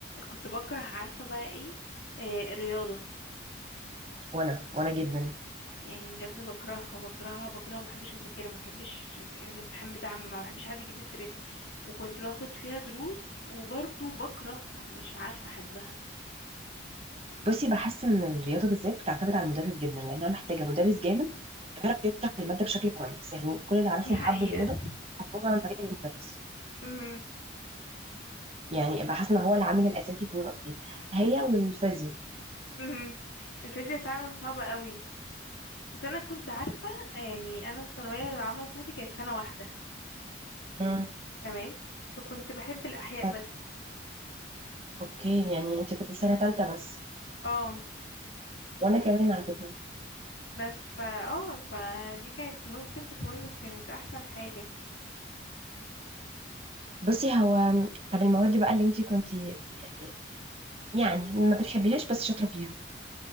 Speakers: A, on the left; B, on the right.
A: كنت بكره عارفه بقى ايه آه الرياضه
B: وانا وانا جدا
A: يعني بجد بكرهها بكرهها بكرهها ما بحبش اذاكرها ما بحبش الامتحان بتاعها ما بحبش حد يجيب لي سيرتها وكنت باخد فيها دروس وبرضه بكرهها مش عارفة احبها
B: بصي بحس ان الرياضه بالذات بتعتمد على المدرس جدا لانها محتاجه مدرس جامد يعرف يشرح الماده بشكل كويس يعني كل اللي اعرفهم
A: دي حقيقة
B: حبوا الرياضه حبوها عن طريق المدرس
A: امم
B: يعني بحس ان هو العامل الاساسي في النقطه دي هي والفيزياء
A: امم الفيزياء فعلا صعبة قوي بس انا كنت عارفة يعني انا الثانوية العامة بتاعتي كانت سنة واحدة
B: امم
A: تمام فكنت بحب الاحياء
B: طيب
A: بس
B: اوكي يعني انت كنت سنه ثالثه بس
A: اه
B: وانا كمان على فكره
A: بس فا اه فدي كانت ممكن تكون كانت احسن حاجة
B: بصي هو طب المواد بقى اللي انت كنت يعني يعني ما بتحبيهاش بس شاطره فيها